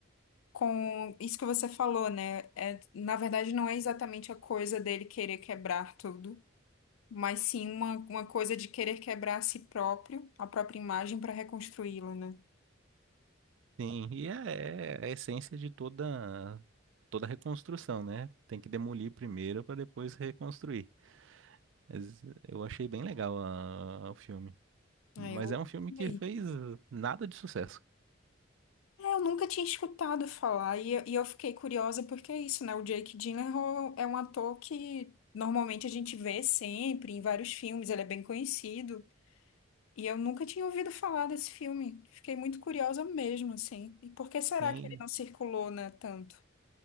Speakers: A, on the left; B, on the right.
A: com isso que você falou, né? É, na verdade, não é exatamente a coisa dele querer quebrar tudo, mas sim uma, uma coisa de querer quebrar a si próprio, a própria imagem, para reconstruí-la, né?
B: Sim, e é, é a essência de toda toda reconstrução, né? Tem que demolir primeiro para depois reconstruir. Mas eu achei bem legal a- o filme. Mas
A: Aí eu
B: é um filme
A: amei
B: que fez nada de sucesso.
A: É, Eu nunca tinha escutado falar e, e eu fiquei curiosa porque é isso, né? O Jake Gyllenhaal é um ator que normalmente a gente vê sempre em vários filmes, ele é bem conhecido. E eu nunca tinha ouvido falar desse filme. Fiquei muito curiosa mesmo, assim. E por que será
B: E
A: que ele não circulou, né, tanto?